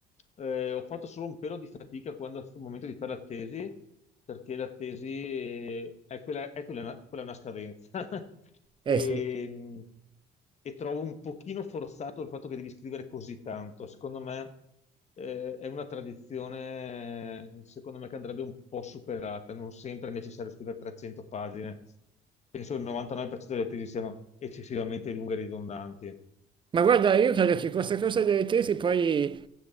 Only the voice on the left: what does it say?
Eh, ho fatto solo un pelo di fatica quando è stato il momento di fare la tesi, perché la tesi eh, è quella, è quella, quella è una scadenza. <laughs>
E,
e trovo un pochino forzato il fatto che devi scrivere così tanto. Secondo me, eh, è una tradizione, secondo me, che andrebbe un po' superata. Non sempre è necessario scrivere 300 pagine. Penso che il 99% delle tesi siano eccessivamente lunghe e ridondanti.